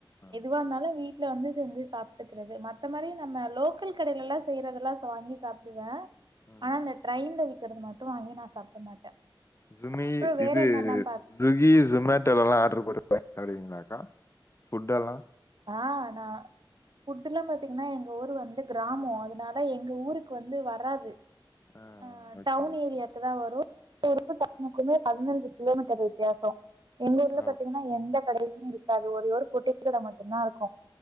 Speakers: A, on the left (about 30°); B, on the right (about 60°).
A: ஆ
B: எதுவா இருந்தாலு வீட் ல வந்து செஞ்சு சாப்ட்டுக்கிறது மத்த நேரோல்லா நம்ம லோக்கல் கடைலலா செய்றதெல்லா சாப் வாங்கி சாப்டுவே
A: ம்.
B: ஆனா அந்த ட்ரயின்ல விக்கறது மட்டு வாங்கி நா சாப்ட மாட்டே
A: ஜுமி
B: ம் அப்றோ வேற
A: இது
B: என்னெல்லா பா
A: ஸ்விக்கி சொமேட்டோலலா ஆர்டரு போட்டு சாப்டுவிங்களாக்கா ஃபுட்டெல்லா
B: ஆ நா ஃபுட்டுல்லா பாத்தீங்கன்னா எங்க ஊர் வந்து கிராமோ அதனால எங்க ஊருக்கு வந்து வராது
A: ஆ
B: அ
A: ஓகே
B: டவுண்
A: ஓகே
B: ஏரியாக்குதா வரு எங்க ஊருக்கு டவுனுக்குமே பதினஞ்சு கிலோமீட்டர் வித்யாசோ எங்க ஊர்ல
A: ஆ
B: பாத்தீங்கன்னா எந்த கடையுமே இருக்காது ஒரே ஒரு பொட்டி கடை மட்டுதா இருக்கு